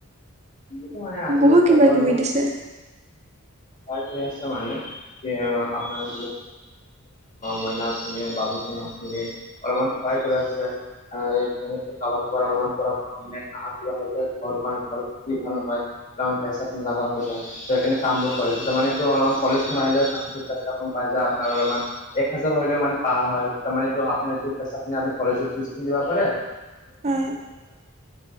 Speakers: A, on the left; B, on the right.
A: সেইটো মানে আজিকালি
B: বহু
A: চৰকাৰবিলাক
B: কিবা কিবি দিছে।
A: কৰি আছে মানে আপোনাৰ মইনা শুনে বাবুকনা শুনে <unintelligible> অলমান ভয় কৰি আছে। আহনেক খাবাৰ খাবাৰ অলপমান কৰা নাইিবা হয় যায় ঘৰ ঘতি ভাল নহয়। পইচা লগা হৈ যায় ত' এখনে কামবোৰ কৰে। তেতিয়া মানেতো অলপমান কলেজখন আহিলে চেষ্টাপোন পাই যায় আপোনাৰ অলপমান এক হাজাৰ হলেও মানে পা হয় তাৰ এইটো আপোনাৰ এই পইচা খিনিপ কলেজত ফিজ খিনি দিবা পাৰে।
B: হয়